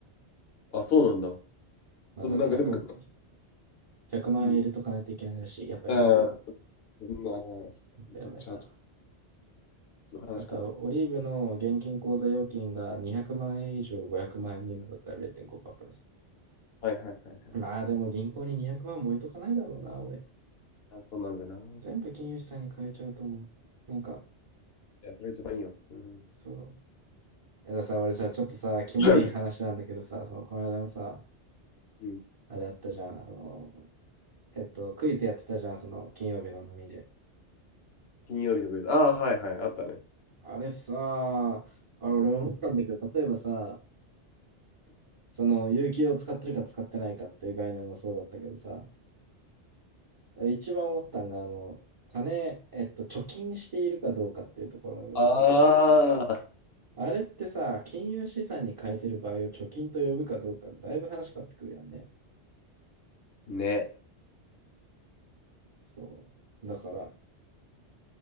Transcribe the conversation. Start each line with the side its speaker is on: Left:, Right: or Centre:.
Left: あ、そうなんだ。
Right: まあ、
Left: そのなんかでも、
Right: ただ100、万円入れとかないといけないらしい。
Left: うん。
Right: やっぱやめた。
Left: ああ、
Right: や
Left: そんな、ちょっとチャージ
Right: っぱやめた。
Left: の話かって。
Right: あとは、オリーブの現金口座預金が200万円以上500万円未満だったら0.5%プラス。
Left: はいはいはいはい。
Right: まあでも銀行に200万も置いとかないだろうな、俺。
Left: あ、そうなんじゃな。い
Right: 全部金融資産に変えちゃうと思う。なんか、
Left: や、それ一番いいよ。うん。
Right: そう。やださ、俺さ、ちょっとさ、キモい話なんだけどさ、
Left: <laughs>
Right: その、この間もさ、
Left: <clears throat> うん
Right: あれあったじゃん、あの、えっと、クイズやってたじゃん、その、金曜日の飲みで。
Left: 金曜日のクイズ。ああ、はいはい、あったね。
Right: あれさ、あれ、俺思ったんだけど、例えばさ、その、有給を使ってるか使ってないかっていう概念もそうだったけどさ、一番思ったんが、あの、金、えっと、貯金しているかどうかっていうところの部分さ、
Left: ああ、
Right: あれってさ、金融資産に変えてる場合を貯金と呼ぶかどうかで、だいぶ話変わってくるやんね。
Left: ね。
Right: そう。だから、